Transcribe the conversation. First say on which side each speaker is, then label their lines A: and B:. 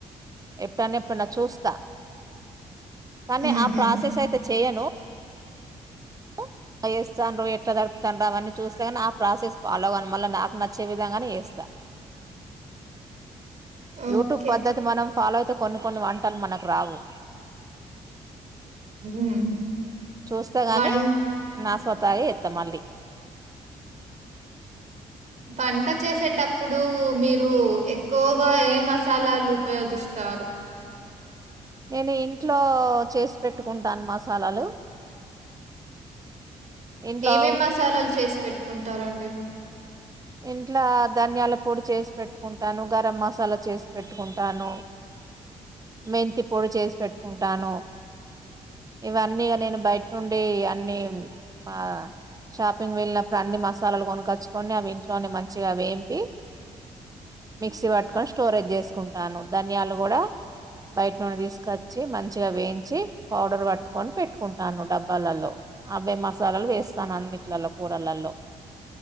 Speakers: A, on the right (about 20°); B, on the right (about 45°).
A: ఎప్పుడన్నా ఎప్పుడన్నా చూస్తా కానీ
B: హుహు.
A: ఆ ప్రాసెస్ అయితే చెయను ట్ల చేస్తాన్రు? ఎట్ల తడుపుతాన్రు? అవన్నీ చూస్తగని ఆ ప్రాసెస్ ఫాలో గాను. మళ్ళ నాకు నచ్చే విధంగానేచేస్తా.
B: okay.
A: YouTube పద్ధతి, మనం ఫాలో అయితే కొన్ని కొన్ని వంటలు మనకు రావు.
B: హ్మ్
A: చూస్తా గాని,
B: వం
A: నాస్ తాగే చెత్త మళ్ళీ.
B: వంట చేసేటప్పుడు మీరు ఎక్కువగా, ఏ మసాలాలు ఉపయోగిస్తారు?
A: నేను ఇంట్లో, చేసి పెట్టుకుంటాను మసాలాలు. ఇంట్లో
B: ఏమేం మసాలాలు చేసి పెట్ కుంటారండి?
A: ఇంట్ల ధనియాల పొడి చేసి పెట్టుకుంటాను. గరం మసాలా చేసి పెట్టుకుంటాను. మెంతి పొడి చేసి పెట్టుకుంటాను. ఇవన్నీగా నేను బయట నుండి అన్ని, మా షాపింగ్ వెళ్ళినప్పుడు అన్ని మసాలాలు కొనగొచ్చుకొని అవి ఇంట్ లను మంచిగా వేంపి మిక్సీ పట్టుకొని స్టోరేజ్ చేసుకుంటాను. ధనియాలు కూడా బయట నుండి తీసుకొచ్చి, మంచిగా వేయించి పౌడర్ పట్టుకొని పెట్టుకుంటాను డబ్బాల్లల్లో. అవే మసాలాలు వేస్తాను అన్నిట్లల్లో కూరల్లల్లో.